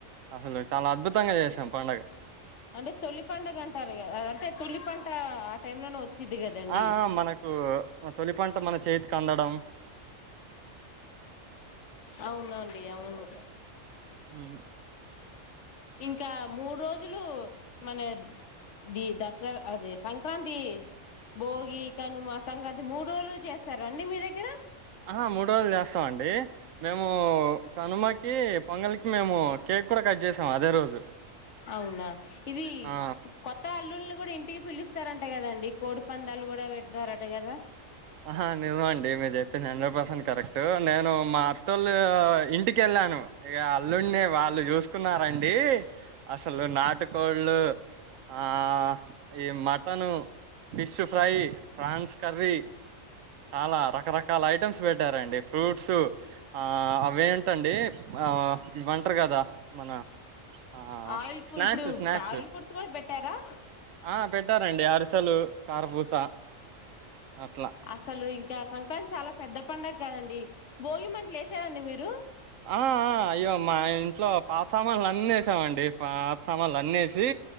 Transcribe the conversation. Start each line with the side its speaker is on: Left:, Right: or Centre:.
Right: అసలు చాలా అద్భుతంగా చేసాం పండగ
Left: అంటే తొలి పండగ అంటారు కదా అంటే తొలి పంట ఆ టైమ్ లోనే వచ్చిది కదండి
Right: ఆ మనకు తొలిపంట మనక్ చేతికి అందడం
Left: అవునండి అవును
Right: మ్మ్
Left: ఇంకా మూడు రోజులు మన ది దసరా అదే సంక్రాంతి భోగి కనుమ సంక్రాంతి మూడు రోజుల చేస్తారా అండి మీ దగ్గర
Right: ఆహా మూడు రోజులు చేస్తాం అండి మేము కనుమ కి పొంగలికి మేము కేక్ కూడా కట్ చేసాం అదే రోజు
Left: అవునా ఇది
Right: ఆ
Left: కొత్త అల్లుళ్ళని కూడా ఇంటికి పిలుస్తారన్ ట కదండి కోడి పందాలు కూడా పెడతారట కదా
Right: ఆహా నిజమండి మీరు చెప్పింది హండ్రెడ్ పర్సెంట్ కరెక్ట్ నేను మా అత్తలు ఇంటికి వెళ్ళాను ఇక అల్లుడిని వాళ్లు చూసుకున్నారండి అసలు నాటుకోళ్ళు ఆ ఆ ఈ mutton fish fry prawns curry చాలా రకరకాల ఐటమ్స్ పెట్టారండి ఫ్రూట్స్ ఆ అవే ఏంటండి ఆ ఇవంటారు కదా మన ఆ
Left: ఆయిల్ ఫ్
Right: స్నాక్స్
Left: ఇప్పుడు
Right: స్నాక్స్
Left: ఆయిల్ ఫుడ్స్ కూడా పెట్టారా
Right: ఆ పెట్టారండి అరిసెలు కారపూస అట్లా
Left: అసలు ఇంకా సంక్రాంతి చాలా పెద్ద పండగ కదండి భోగి మంటలు వేసారండి మీరు
Right: ఆ ఆ అయ్యో మా ఇంట్లో పాత సామాన్లు అన్ని వేసామండి పాత సామాన్లు అన్నీ వేసి